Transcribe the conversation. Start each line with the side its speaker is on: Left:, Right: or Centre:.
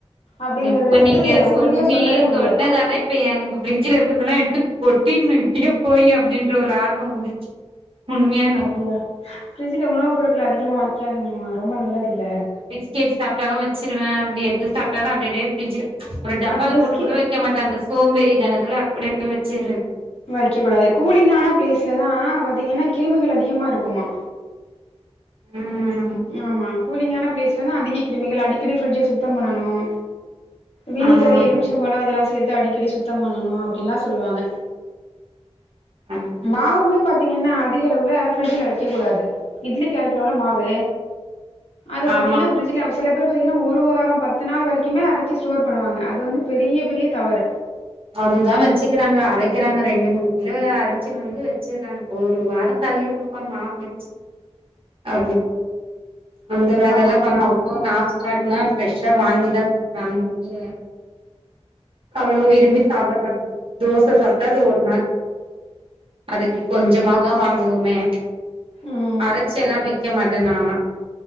Left: அப்டிங்கறது
Right: இப்ப
Left: வந்து
Right: நீங்க சொன்னி
Left: உறுதியா சொல்லவே முடியாது
Right: சொன்னதாலே இப்ப எனக்கு ஃப்ரிட்ஜ்ல இருக்கிறதுெல்லா எடுத்து கொட்டிடணும் இப்படியே போய் அப்படின்ர ஒரு ஆர்வம் வந்துச்சு உண்மையாவே
Left: அப்படியா பிரிட்ஜ்ல உணவு பொருட்க்கள் அதிகமா வைக்காதீங்கம்மா ரொம்ப நல்லது இல்ல
Right: கேட்டு சாப்பிட்டாலும் வச்சிருவ அப்படி எது சாப்பிட்டாலு அப்படியே ஃபிரிட்ஜ் ஒரு டப்பால
Left: ஆ பிஸ்கி
Right: போட்டு கூட வ வைக்க மாட்டே அந்த சோம்பேறி தினத்துல அப்படியே வச்சுடுற
Left: வைக்க கூடாது கூலிங்கான பிளேஸ்ல தா பாத்தீங்கன்னா கிருமிகள் அதிகமா இருக்குமா
Right: உம்
Left: ஆமா கூலிங்கான பிளேஸ்லதா அதிக கிருமிகள் அடிக்கடி ஃபிரிட்ஜ் சுத்தம் பண்ணனும் விணிகரு
Right: ஆமா
Left: எலிமிசம் பழம் இதெல்லா சேர்த்து அடிக்கடி சுத்தம் பண்ணணும் அப்படின்னுல்லா சொல்லுவாங்க
Right: ஆமா
Left: மாவுமே பாத்தீங்கன்னா அதிகளவுவல்ல ஃபிரிட்ஜ்ல வைக்க கூடாது இட்லி அறைகிறோல மாவு அது பாத்தீங்கன்னா
Right: ஆமா
Left: பிரட்ஜ்ல சில பேர் பாத்திங்கன்னா ஒரு வாரம் பத்து நாள் வரைக்குமே அரைச்சி ஸ்டோர் பண்ணுவாங்க அது வந்து பெரிய பெரிய தவறு
Right: அதுதா வச்சுக்கிறாங்க அரைக்கிறாங்க ரெண்டு மூணு கிலோ அரைச்சுனுு வந்து வச்சக்கறாங்க ஒரு வாரம் தள்ளிடுவப்பா மாவு வச்சு அப்படி அந்த வேல
Left: ஆமா
Right: எல்லா பண்ணா ரொம்ப நாஸ்டா இருக்குா ஃப்ரெஷ்ஷா வாங்கி தா சொன்ன அன்னைக்கு அவ்வளே விரும்பி சாப்பிட மாட் தோசை சாப்பிட்டா அது ஒரு நாள் அதுக்கு கொஞ்சமாதா
Left: ம்
Right: வாங்குவமே
Left: ம்
Right: அரை ச்சு எல்லா வைக்க மாட்டே நால்ல